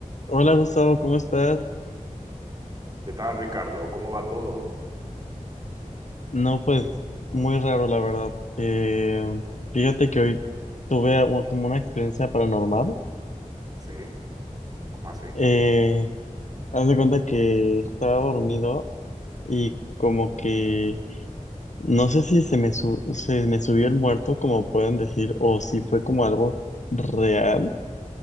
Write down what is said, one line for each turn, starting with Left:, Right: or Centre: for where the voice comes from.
Left: Hola Gustavo, ¿cómo estás?
Right: ¿Qué tal, Ricardo? ¿Cómo va todo?
Left: No, pues muy raro la verdad. Eh, fíjate que hoy tuve a- como una experiencia paranormal.
Right: Sí, ¿cómo así?
Left: Eh, haz de cuenta que estaba dormido y como que no sé si se me, su- se me subió el muerto, como pueden decir, o si fue como algo real,